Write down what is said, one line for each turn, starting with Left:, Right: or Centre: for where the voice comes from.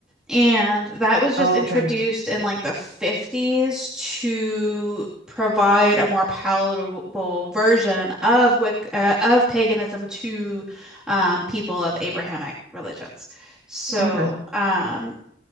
Centre: And that was just
Right: Oh,
Centre: introduced
Right: okay.
Centre: in like the 50s to provide a more palatable version of Wicca, uh, of paganism to um, people of Abrahamic religions. So,
Right: Okay.
Centre: um,